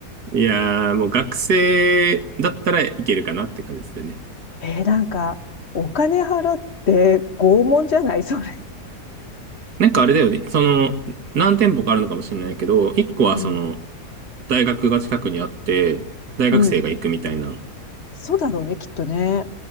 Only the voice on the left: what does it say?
えー、なんか、お金払って拷問じゃないそれ。
うん。
うん。そうだろうね、きっとね。